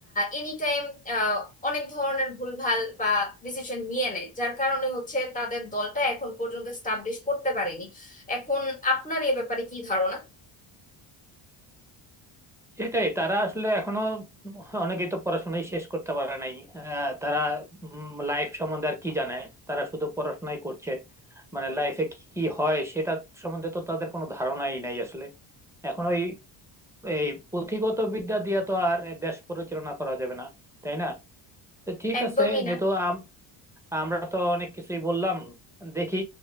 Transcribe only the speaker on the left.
এনি টাইম অনেক ধরনের ভুলভাল বা ডিসিশন নিয়ে নেয় যার কারণে হচ্ছে তাদের দলটা এখন পর্যন্ত স্টাবলিশ করতে পারেনি এখন আপনার এ ব্যাপারে কি ধারণা
একদমই
না